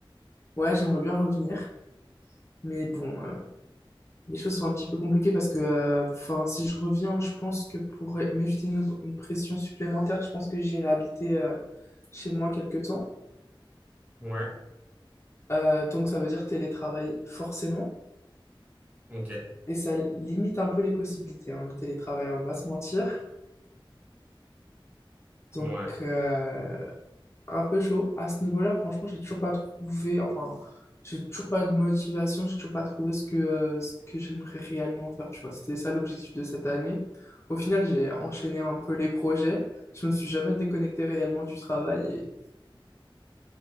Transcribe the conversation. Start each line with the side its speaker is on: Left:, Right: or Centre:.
Left: ouais, j'aimerais bien revenir, mais bon, euh, les choses sont un petit peu compliquées parce que, euh, enfin, si je reviens, je pense que pour m'éviter une, une pression supplémentaire, je pense que j'irai habiter euh, chez moi quelque temps.
Right: Ouais,
Left: Euh, donc ça veut dire télétravail forcément.
Right: ok,
Left: Et ça limite un peu les possibilités, hein, le télétravail, on va pas se mentir. Donc,
Right: ouais,
Left: euh, un peu chaud. À ce niveau-là, franchement, j'ai toujours pas trouvé, enfin, j'ai toujours pas de motivation, j'ai toujours pas trouvé ce que, euh, ce que j'aimerais réellement faire, tu vois. C'était ça l'objectif de cette année. Au final, j'ai enchaîné un peu les projets. Je me suis jamais déconnecté réellement du travail et,